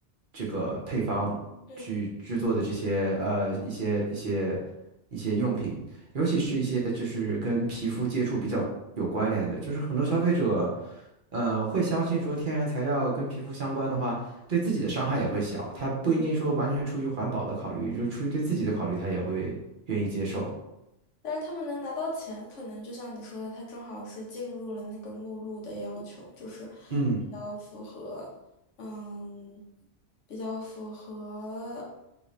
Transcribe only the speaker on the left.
嗯。
但是他们能拿到钱，可能就像你说的，他正好是进入了那个目录的要求，就是比较符合，
嗯，比较符合